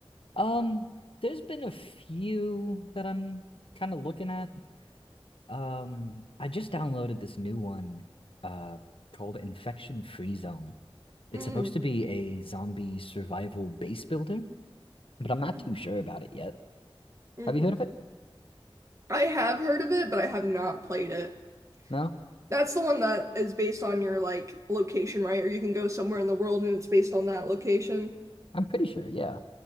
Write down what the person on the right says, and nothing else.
Mm.
Mhm.
hmm
I have heard of it, but I have not played it.
That's the one that is based on your like location, right? Or you can go somewhere in the world and it's based on that location.